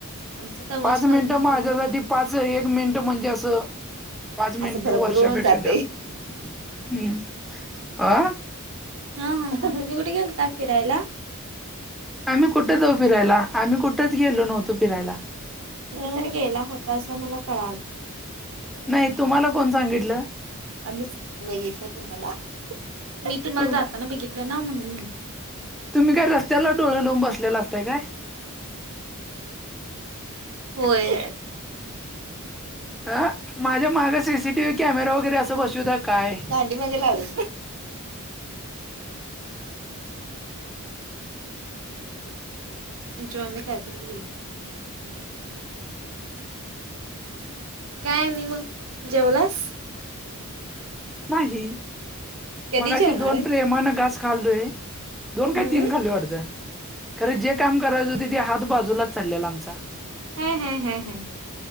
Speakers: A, on the right; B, in the centre.
A: आमचा तवाच
B: पाच मिनिटं
A: मिनिट
B: माझ्यासाठी
A: होत
B: पाच एक मिनटं म्हणजे असं पाच
A: असं
B: मिनिट
A: भरभरून
B: वर्षापेक्षा
A: जाते
B: जास्त. हम. आ?
A: हा हा. तुम्ही कुठ गेलता फिरायला?
B: आम्ही कुठे जाऊ फिरायला? आम्ही कुठच गेलो नव्हतो फिरायला.
A: कुठे तर गेला होतासा मला कळालं.
B: नाही. तुम्हाला कोण सांगितलं?
A: आम्हीच बघितलं तुम्हाला. मी तुम्हाला
B: तुम-
A: जाताना बघितलं ना म्हणून म्हटलं.
B: तुम्ही काय रस्त्याला डोळे लावून बसलेला अस ताय काय
A: होय
B: हा माझ्या माग सीसीटीव्ही कॅमेरा वगैरे असं बसूत्या का काय
A: दांडीमदे लावलोय तुमची मम्मी काय तर घेईल काय आणि मग जेवलास
B: नाही
A: कधी
B: मगाशी
A: जेवणार
B: दोन
A: आहे?
B: प्रेमान घास खाल्लोय दोन
A: हम्म
B: काय तीन खाल्ले वाटतं खर जे काय काम करायच होत ते हात बाजूला चाललेला आमचा
A: हम हम हम हम